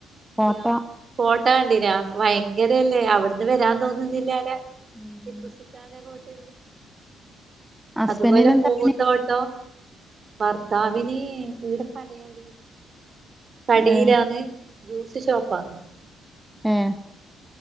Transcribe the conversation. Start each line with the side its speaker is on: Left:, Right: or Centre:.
Centre: കോട്ട
Right: യാ കോട്ട കണ്ടീന്യോ ഭയങ്കരല്ലേ അവിട് ന്ന് വരാൻ തോന്നുന്നില്ലാ ല്ലോ
Centre: ഉം
Right: ടിപ്പു സുൽത്താന്റെ കോട്ടെ
Centre: ഹസ്ബൻഡിനെന്താ
Right: അതുപോലെ പൂന്തോട്ടം
Centre: പണി
Right: ഭർത്താവിന് ഇവിടെ പണിയാടീ കടിയിലാന്ന്
Centre: ഏഹ്
Right: ജ്യൂസ് ഷോപ്പാ
Centre: ഏഹ്